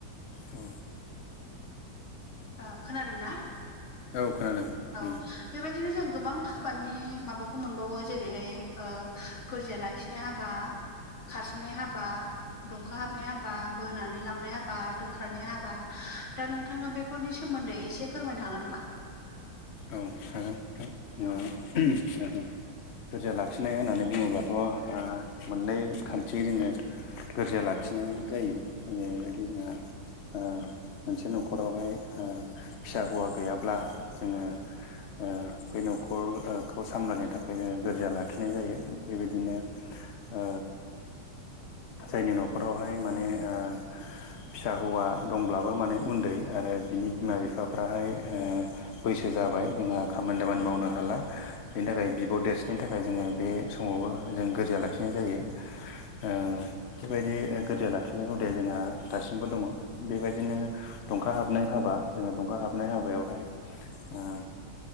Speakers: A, on the left (about 85°); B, on the left (about 35°).
A: औ
B: ओ खोनादोंना?
A: औ खोनादों
B: औ
A: उम
B: बेबायदिनो जों गोबां हाबानि माबाखौ मोनबावो जेरैहाय ओ गोरजा ला खिनाय हाबा, खारस'नाय हाबा, दंखा हाबनाय हाबा, बोनानै लांनाय हाबा, दोनखारनाय हाबा दा नोंथाङा बे फोरनि सोमोन्दै एसे फोरमायनो हागोन नामा?
A: औ हागोन नोंथां
B: औ
A: ओ गोरजिया लाखिनाय होननानै बुङोब्लाथ' ओ मोननै खान्थि जोङो गोरजा लाखिनाय जायो जेरैबायदि जोंहा ओ मोनसे न'खरावहाय ओ फिसा हौवा गैयाब्ला जोङो ओ बे न'खरखौ सामलायनो थाखाय जोङो गोरजा लाखिनाय जायो बेबायदिनो ओ जायनि न'खरावहाय माने ओ फिसा हौवा दंब्लाबो माने उन्दै आरो बिनि बिमा बिफाफ्राहाय ओ बैसो जाबाय जोंहा खामानि दामानि
B: औ
A: मावनो हाला। बेनि थाखाय बिब' देरसिननो थाखाय जोङो बे समावबो जों गोरजा लाखिनाय जायो। ओ बेबायदि ओ गोरजा लाखिनाय हुदाया जोंहा दासिमबो दङ। बेबायदिनो दंखा हाबनाय हाबा जोङो दंखा हाबनाय हाबायावहाय ओ